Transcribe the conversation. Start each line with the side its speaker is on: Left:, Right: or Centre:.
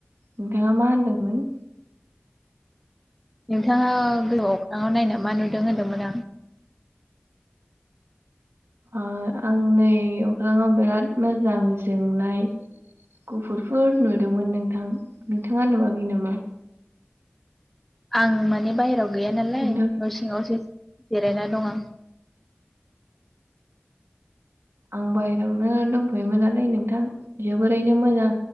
Right: नोंथाङा मा होनदोंमोन?
Centre: नोंथाङा गोजो अख्राङाव नायनो मा नुदों होन्दोंमोन आं
Right: अ आं नै अख्राङाव बिराद मोजां जोंनाय गुफुरफोर नुदोंमोन नोंथां नोंथाङा नुवाखै नामा?
Centre: आं माने बायहेरायाव गैया नालाय
Right: नोंथां
Centre: न' सिङावसो जिरायना दं आं।
Right: आं बायेरायावनो दंथ'योमोन नालाय नोंथां जोबोरैनो मोजां